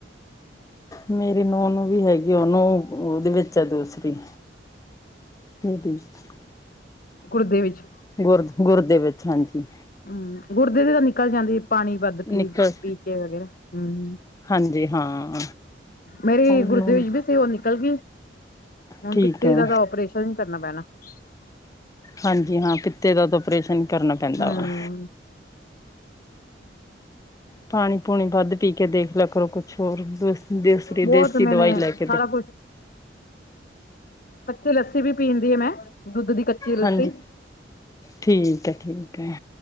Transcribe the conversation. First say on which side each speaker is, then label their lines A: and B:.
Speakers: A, on the left; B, on the left.
A: ਮੇਰੀ ਨੂੰਹ ਨੂੰ ਵੀ ਹੈਗੀ। ਉਹਨੂੰ ਉਹਦੇ ਵਿੱਚ ਆ ਦੂਸਰੀ। ਇਹਦੇ 'ਚ ਤਾਂ।
B: ਗੁਰਦੇ ਵਿੱਚ।
A: ਗੁਰ ਗੁਰਦੇ ਵਿੱਚ ਹਾਂਜੀ।
B: ਹੂੰ ਗੁੁਰਦੇ ਦੀ ਤਾਂ ਨਿਕਲ ਜਾਂਦੀ ਹੈ ਪਾਣੀ। ਵੱਧ ਪੀ
A: ਨਿਕਲ
B: ਪੀ ਕੇ ਵਗੈਰਾ ਹੂੰ।
A: ਹਾਂਜੀ ਹਾਂ
B: ਮੇਰੀ
A: ਉਹਨੂੰ
B: ਗੁਰਦੇ ਵਿੱਚ ਵੀ ਸੀ। ਉਹ ਨਿਕਲ ਗਈ। ਹੁਣ
A: ਠੀਕ
B: ਪਿੱਤੇ
A: ਹੈ
B: ਦਾ ਤਾਂ ਆਪ੍ਰੇਸ਼ਨ ਕਰਨਾ ਪੈਣਾ ਹੈ।
A: ਹਾਂਜੀ ਹਾਂ ਪਿੱਤੇ ਦਾ ਤਾਂ ਆਪਰੇਸ਼ਨ ਕਰਨਾ ਪੈਂਦਾ
B: ਹਮ
A: ਵਾ। ਪਾਣੀ ਪੂਣੀ ਵੱਧ ਪੀ ਕੇ ਦੇਖ ਲਓ। ਕਰੋ ਕੁਛ ਹੋਰ ਦੂਸਰੀ
B: ਬਹੁਤ
A: ਦੇਸੀ
B: ਮੈਨੇ
A: ਦਵਾਈ ਲੈ ਕੇ
B: ਸਾਰਾ
A: ਦੇ
B: ਕੁਛ ਕੱਚੀ ਲੱਸੀ ਵੀ ਪੀਣ ਦਈ ਆ ਮੈਂ ਦੁੱਧ ਦੀ ਕੱਚੀ ਲੱਸੀ।
A: ਹਾਂਜੀ ਠੀਕ ਹੈ ਠੀਕ ਹੈ।